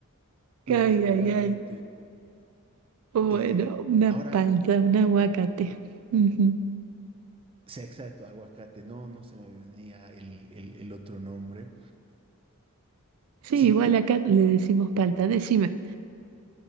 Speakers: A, on the right; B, on the right.
A: Ay,
B: O sea, literalmente.
A: ay, ay. Bueno,
B: Eh,
A: una
B: ahora,
A: palta, un aguacate. Ujú.
B: sea exacto, aguacate, no, no se me venía el, el, el otro nombre.
A: Sí,
B: Si
A: igual
B: tú,
A: acá le decimos palta. Decime,